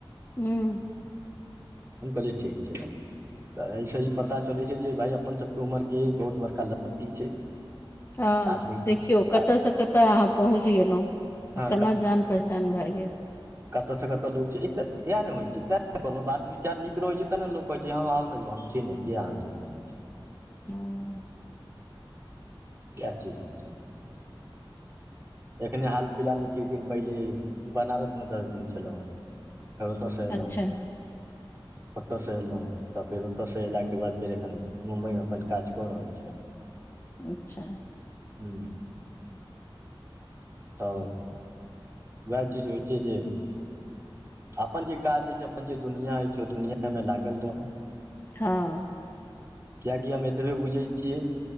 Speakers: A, on the left (about 25°); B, on the right (about 30°).
A: हूँ
B: हम कहलिय ठीक छै भ तऽ एहिइसे ही पता चलै छै जे भाय अपन सभके उमरके बहुत बड़का लड़ती छै
A: हँ
B: आदमी
A: देखियौ कतयसँ
B: आ
A: कतय अहाँ पहुँच गेलहुँ
B: हँ
A: केना जान पहचान भए गेल
B: कतय से कतय लोग छै एक तऽ इएह ने होइ छै तैं कोनो बात विचार नीक रहैत छै तब ने लोक कहैत छै हम आब ने यौ हम छी नहि कि अहाँ टेन्शन लै छी।
A: हँ
B: <unintelligible> एखने हाल फिलहालमे किछु दिन पहिले बनारसमे दस दिन छलहुँ फरता सेरि
A: अच्छा
B: लँ <unintelligible> ओतसँ अलहुँ तऽ फेर ओतसँ अयलाके बाद फेर एखन मुम्बइमे अपन काज कऽ रहल छी
A: अच्छा
B: हू तऽ उहा चीज होइ छै जे अपन जे काज अछि अपन जे दुनिआँ अछि ओ दुनिआँमे लागल रहू
A: हँ
B: कियाकि हम एतबे बुझै छियै